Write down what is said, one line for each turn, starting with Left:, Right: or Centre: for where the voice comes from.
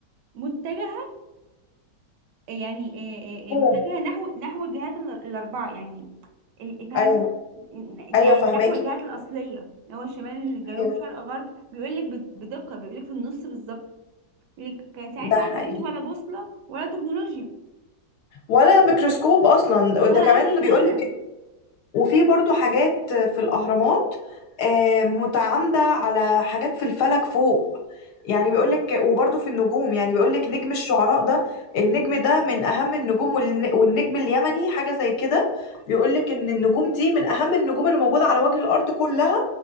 Right: متجهه يعني إيه إيه إيه
Left: أوه.
Right: متجهه نحو نحو الجهات ال- الاربعه يعني ال- إيه، فاهمه
Left: ايوه
Right: يعني
Left: ايوه فهماكي
Right: نحو الجهات الاصليه اللي هو شمال جنوب
Left: ايوه
Right: شرق غرب بيقول لك بدقه بيقول لك في النص بالظبط بيقول لك كان ساعتها
Left: ده حقيقي
Right: ما فيش ولا بوصله ولا تكنولوجيا
Left: ولا ميكروسكوب اصلا
Right: ولا
Left: ده كمان
Right: اي حاجه
Left: بيقولك وفي برضو حاجات في الاهرامات آه، متعامده على حاجات في الفلك فوق يعني بيقولك وبرضو في النجوم يعني بيقولك نجم الشعراء ده النجم ده من اهم النجوم والن- والنجم اليمني حاجه زي كده بيقولك ان النجوم دي من اهم النجوم اللي موجوده على وجه الارض كلها